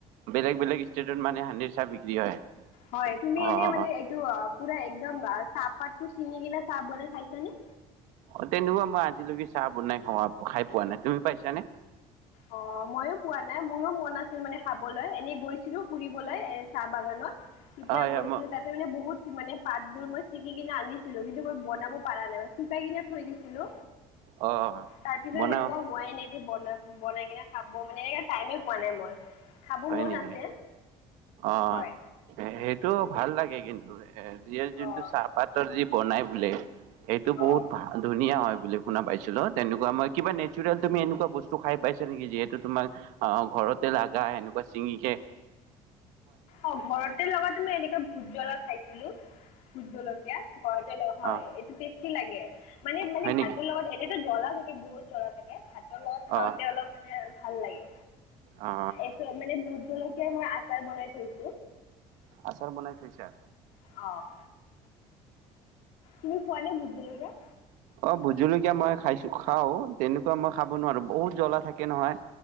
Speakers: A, on the right; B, on the left.
A: বেলেগ বেলেগ ষ্টেটত মানে হাঁড়িৰ চাহ বিক্ৰী হয় <inaudible>
B: হয় তুমি
A: অ
B: এনে
A: অ
B: মানে
A: অ
B: এইটো পুৰা একদম চাহ পাতটো চিঙি কিনি চাহ বনাই খাইছা নে
A: অ' তেনেকুৱা মই আজিলৈকে চাহ বনাই খ খাই পোৱা নাই তুমি পাইছানে
B: অ' মইো পোৱা নাই মোৰো মন আছিল মানে খাবলৈ এনে গৈছিলো ফুৰিবলৈ এ চাহ বাগানত তেতিয়া
A: হয়
B: গৈছিলো
A: হয় মই
B: তাতে মানে বহুত। মানে পাতবোৰ মই ছিঙি কিনে আনিছিলো কিন্তু মই বনাব পৰা নাই, শুকাই কিনে থৈ দিছিলো।
A: অ
B: তাৰপিছত
A: বনাও
B: সেনেকুৱা হোৱাই নাই। বল <unintelligible> বনাই কিনে খাব মানে এনেকে টাইমে পোৱা নাই মই। খাব
A: হয়,
B: মন
A: নেকি
B: আছে
A: অ'
B: হয়
A: সেইটো ভাল লাগে। কিন্তু ৰিয়া যোনটো
B: অঁ
A: চাহপাতৰ যি বনাই, বোলে, এইটো বহুত
B: অঁ
A: ভাল ধুনীয়া হয় বুলি শুনা পাইছিলো। তেনেকুৱা মই কিবা নেচোৰেল তুমি এনেকুৱা বস্তু খাই পাইছ নেকি? যিহেতু তোমাৰ অ' ঘৰতে লগা হেনো বা চিঙিকে।
B: অ' ঘৰতে লগা তুমি ভোজ জ্বলা খাইছিলো ভোট জলকীয়া ঘৰতে হয়।
A: অ
B: এইটো টেষ্টি লাগে, মানে-মানে
A: হয় নেকি
B: ভাতৰ লগত জ্বলা এই বহুত যাৰ, থাকে ভাতৰ লগত খাওঁতে
A: অ
B: অলপ মানে ভাল লাগে।
A: অ
B: এই মানে ভোট জলকীয়া ম চাৰ বনাই থৈচো।
A: আচাৰ বনাই থৈছা।
B: অ', তুমি খোৱানে? ভোট জলকীয়া।
A: অ' ভোটজলকীয়া মই খাইছো খাও, তেনেকুৱা মই খাব নোৱাৰো বহুত জ্বলা থাকে নহয়।